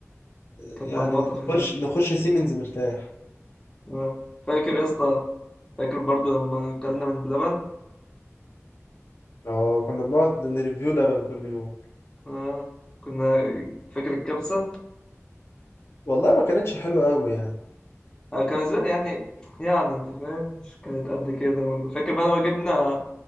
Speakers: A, on the left; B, on the left.
A: آه،
B: كانت
A: يعني
B: مرمطة فعلا
A: نخش نخش سيمنز مرتاح
B: اه فاكر يا اسطى فاكر برضو لما اكلنا من بلبن
A: اه كنا بنقعد نريفيو لبن كل يوم
B: اه كنا فاكر الكبسة
A: والله ما كانتش حلوه قوي يعني
B: آه كان بالنسبة لي يعني يعني انت فاهم مش كانت قد كده برضو فاكر بعد ما جبنا